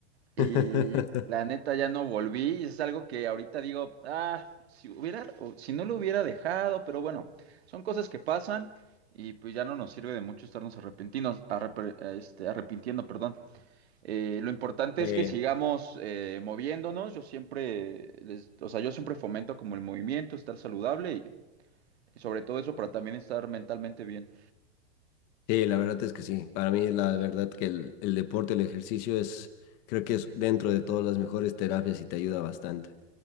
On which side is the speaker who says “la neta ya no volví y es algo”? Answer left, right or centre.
Right